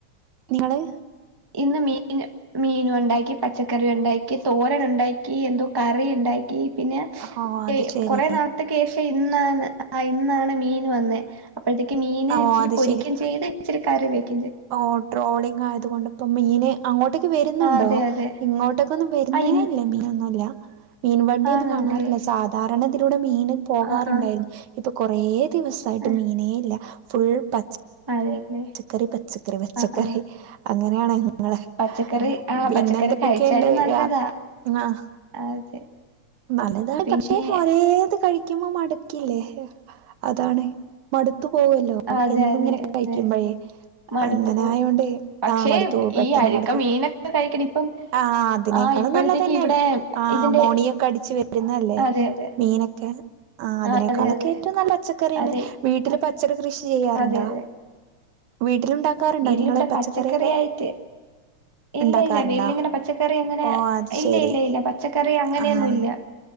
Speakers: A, on the right (about 85°); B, on the right (about 35°).
A: ങ്ങള്?
B: ഇന്ന് മീൻ മീനുണ്ടാക്കി പച്ചക്കറി ഉണ്ടാക്കി തോരൻ ഉണ്ടാക്കി എന്തോ കറി ഉണ്ടാക്കി. പിന്നെ
A: ഓ അത്
B: ശ്
A: ശരി
B: കൊറെേ നാളത്തക്കേഷം ഇന്നാണ് ആ ഇന്നാണ് മീൻ വന്നേ. അപ്പോഴത്തേക്ക് മീൻ
A: ഓ
B: ഇച്ചിരി
A: അത്
B: പൊരിക്കും
A: ശരി
B: ചെയ്ത് ഇച്ചിരി കറി വെക്കു
A: ഓ ട്രോളിങ്ങയതുകൊണ്ട് പ്പം. മീന് അങ്ങോട്ടൊക്കെ വരുന്നുണ്ടോ
B: ആ അതെ അതെ
A: ഇങ്ങോട്ടൊക്കെ ഒന്നും വരുന്നേല്ല
B: ആ ഇൻ
A: മീനൊന്നു ല്ല. മീൻ വണ്ടിഒന്നും
B: ആണല്ലേ
A: കാണാറില്ല സാധാരണതിലൂടെ മീൻ പോകാറുണ്ടായിരുന്നു
B: ആ ആ
A: ഇപ്പൊ കൊറേ. ദിവസായിട്ട്
B: ആ,
A: മീനേല്ല ഫുൾ പച്ച്
B: അതെല്ലേ
A: ച്ചക്കറി പച്ചക്കറി പച്ചക്കറി
B: ആ ആ
A: അങ്ങനെയാണെ. ങ്ങളെ ഹ്‌
B: പച്ചക്കറി ആ
A: പിന്നെന്തൊക്കെണ്ട്
B: പച്ചക്കറി കഴിച്ചാലും നല്ലതാ
A: യാ ആഹ്‌.
B: അതെ
A: നല്ലതാണ്
B: പിന്നെ
A: പക്ഷെ ഒരേത് കഴിക്കുമ്പോ മട്ക്കില്ലേ? അതാണ് മടുത്തു പോവല്ലോ
B: അതെ
A: എന്നു
B: അതെ
A: ങ്ങനെ
B: അതെ
A: കൈക്കുമ്പഴേ.
B: മടുത്തു
A: അങ്ങനെ
B: പോകും
A: ആയോണ്ടേ
B: പക്ഷേ
A: ആഹ്‌ മടുത്തു പെട്ടെന്ന്
B: ഈ അഴുക്ക
A: മടുക്കും
B: മീനൊക്കെ കഴിക്കണം ഇപ്പം
A: അ ആ അതിനേക്ക
B: ആഹ്
A: <unintelligible>
B: ഇപ്പോഴത്തേക്ക്
A: നല്ലതന്നെ
B: ഇവിടെ
A: ആ
B: ഇതിന്റെ
A: മോണിയൊക്കെ അടിച്ചു വരുന്നല്ലേ
B: അതെ അതെ
A: മീനൊക്കെ? ആ അതിനേക്കാളൊക്കെ
B: ആഹ് അതെ അതെ
A: ഏറ്റവും നല്ല പച്ചക്കറിന്നെ
B: അതെ
A: വീട്ടിൽ പച് പച്ചക്കറി കൃഷി ചെയാറുണ്ടൊ
B: അതെ അതെ
A: വീ ലു ഉണ്ടാക്കാറുണ്ടോ
B: വീട്ടിലിവിടെ
A: നിങ്ങൾ പച്ചക്കറിയൊക്കെ?
B: പച്ചക്കറിയായിട്ട് ഇല്ല
A: ഇണ്ടാക്കാറുണ്ടോ
B: ഇല്ല വീട്ടിലിങ്ങനെ പച്ചക്കറി അങ്ങനെ
A: ഓ അത്
B: ഇല്ല
A: ശരി
B: ഇല്ല ഇല്ല പച്ചക്കറി അങ്ങ അങ്ങനെയൊന്നുംല്ല.
A: ആഹ്